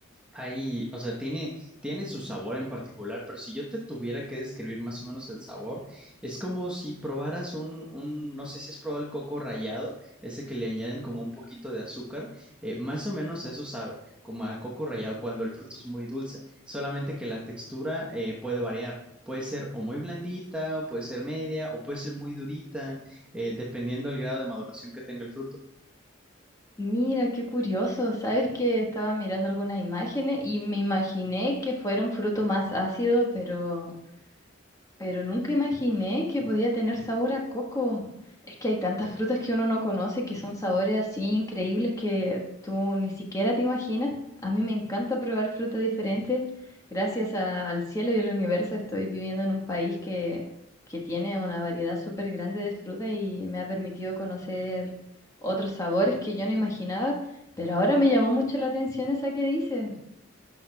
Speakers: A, in the centre; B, on the left.
A: Ahí, o sea, tiene, tiene su sabor en particular, pero si yo te tuviera que describir más o menos el sabor, es como si probaras un, un, no sé si has probado el coco rallado, ese que le añaden como un poquito de azúcar, eh, más o menos a eso sabe, como a coco rallado cuando el fruto es muy dulce, solamente que la textura eh, puede variar, puede ser o muy blandita, o puede ser media, o puede ser muy durita, eh, dependiendo del grado de maduración que tenga el fruto.
B: Mira, qué curioso. Sabes que estaba mirando algunas imágenes y me imaginé que fuera un fruto más ácido, pero pero nunca imaginé que podía tener sabor a coco. Es que hay tantas frutas que uno no conoce que son sabores así increíbles que tú ni siquiera te imaginas. A mí me encanta probar frutas diferentes. Gracias a- al cielo y al universo estoy viviendo en un país que, que tiene una variedad súper grande de frutas y me ha permitido conocer otros sabores que yo no imaginaba. Pero ahora me llamó mucho la atención esa que dices.